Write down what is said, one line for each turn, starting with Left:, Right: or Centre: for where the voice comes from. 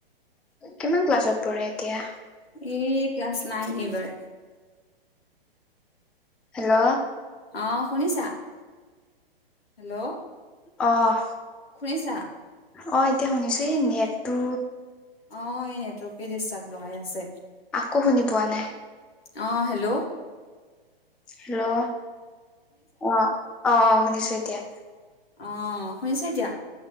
Centre: কিমান ক্লাছত পঢ় এতিয়া?
Left: এই ক্লাছ নাইন এইবাৰ।
Centre: হেল্ল'!
Left: অ শুনিছা? হেল্ল'!
Centre: অ
Left: হুনিচা?
Centre: অ এতিয়া শুনিছোঁ হে নেটটো।
Left: অ এই নেটৱৰ্কে ডিষ্টাৰ্ব লগাই আছে।
Centre: আকৌ শুনি পোৱা নাই।
Left: আহ হেল্ল'!
Centre: হেল্ল' অ অ অ শুনিছো এতিয়া।
Left: অ শুনিছ এতিয়া?